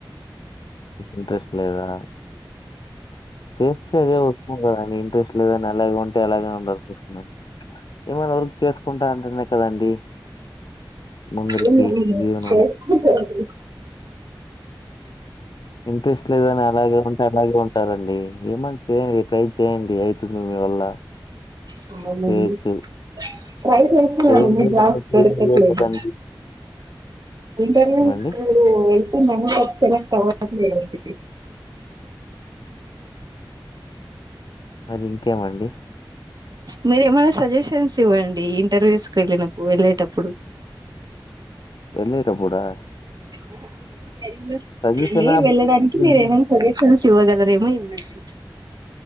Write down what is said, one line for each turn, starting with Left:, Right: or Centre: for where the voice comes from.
Left: ఇంట్రెస్ట్ లేదా, చేస్తే అదే వస్తుంది కదండి, ఇంట్రెస్ట్ లేదని అలాగే ఉంటే అలాగే ఉండాల్సి వస్తుందండి, ఏమైనా వర్క్ చేసుకుంటాంటేనే కదండి. ముందరికి
Right: ఏమో అండీ మరి
Left: జీవనము
Right: చేసుకుంటామండి.
Left: ఇంట్రెస్ట్ లేదని అలాగే ఉంటే అలాగే ఉంటారండి. ఏమన్నా చేయండి. ట్రై చేయండి ఐతుంది మీ వల్ల
Right: తొందర్లెండి
Left: చేయొచ్చు
Right: ట్రై చేస్తున్నండి
Left: చేయండి
Right: జాబ్స్ దొకట్లేదు.
Left: కదండి
Right: ఇంటర్వ్యూ
Left: ఏమండి
Right: కి వెళుతున్నాను బట్ సెలెక్ట్ అవ్వ అసలు లేదండి
Left: మరి ఇంకేమండి.
Right: మీరేమైనా సజెషన్స్ ఇవ్వండి. ఇంటర్వ్యూస్ కు వెళ్ళినప్పుడు, వెళ్ళేటప్
Left: మీరు ఇవ్వరా
Right: ఆహ నేను వెళ్లు
Left: సజెషనా
Right: నేను వెళ్ళడానికి
Left: హ్మ్.
Right: మీర ఏమన్నా సజెషన్స్ ఇవ్వగలరేమో ఇవ్వండి.